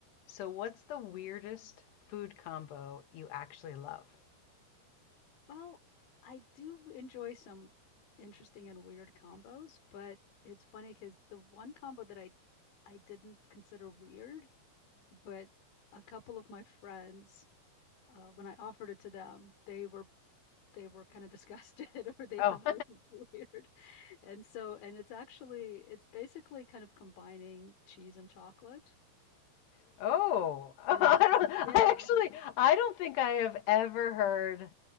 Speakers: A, on the left; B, on the left.
A: So, what's the weirdest food combo you actually love?
B: Well, I do enjoy some interesting and weird combos, but it's funny because the one combo that I I didn't consider weird, but a couple of my friends, uh, when I offered it to them, they were they were kind of disgusted <laughs> or they thought
A: Oh,
B: it was weird. And so, and it's actually it's basically kind of combining cheese and chocolate.
A: <laughs> oh, <laughs> I
B: And
A: don't, I
B: yeah,
A: actually, I don't think I have ever heard